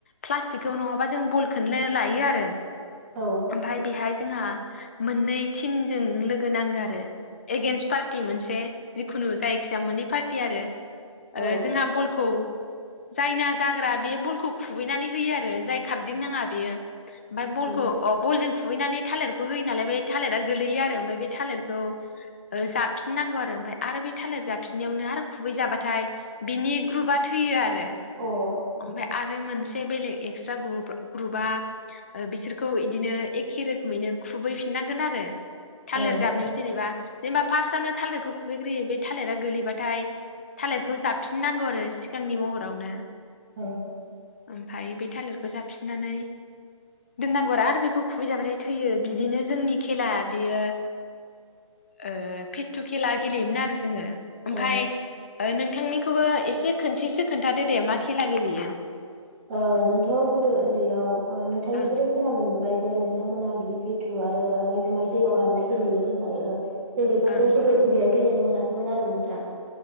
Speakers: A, on the left; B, on the right.
A: प्लास्टिकखौ नङाबा जों बलखौनो लायो आरो।
B: औ
A: ओमफाय बिहाय जोंहा मोननै तिनजों लोगो नाङो आरो एगेन्स फारथि मोनसे मोनसे जिखुनु जायखि मोनै फार्टि आरो। ओ
B: औ
A: जोंहा बलखौ जायना जाग्रा बे बलखौ खुबैनानै होयो आरो जाय खारदिं नाङा बेयो- ओमफ्राय बलखौ
B: अ
A: बलजों खुबैनानै थालिरखौ होयो नालाय बे थालिरा गोलैयो आरो ओमफ्राय बे थालिरखौ ओ जाबफिननांगौ आरो ओमफ्राय आरो बे थालिर जाबफिन नियावनो आरो खुबै जाबाथाय बिनि ग्रुपआ थैयो आरो
B: औ
A: ओमफ्राय आरो मोनसे बेलेग एक्सट्रा ग्रु ग्रुबा बिसोरखौ इदिनो एखे रोखोमैनो खुबैफिननांगोन आरो थालिर
B: औ
A: जाबनायाव जेनेबा जेनबा फारस्टआवनो थालिरखौ खुबैग्रयो बे थालिरा बाथाय थालिरखौ जाबफिननांगौ आरो सिगांनि महरावनो
B: औ
A: ओमफाय बे थालिरखौ जाफिननानै दोननांगौ आरो बेखौ खुबैजाबा थाय थैयो बिदिनो जोंनि खेला बेयो ओ फेथु खेला गेलेयोमोन आरो जोङो ओमफ्राय
B: ओ
A: नों नोंथांनिखौबो एसे खोनसेसो खोन्थादो दे मा खेला गेलेयो?
B: ओ जोंथ' गोदो ओन्दैयाव ओ नोंथांनिफ्राय
A: ओं
B: खोनानो मोनबाय जे नोंथांमोना बिदि फिथु आरो आमाय जुमाय दैयाव हाबनाय गेलेयो होननाय ओ जों बेफोरखौ
A: ओं
B: गोदो उन्दैयाव गेलेनो मोनाखैमोन आरो नोंथां।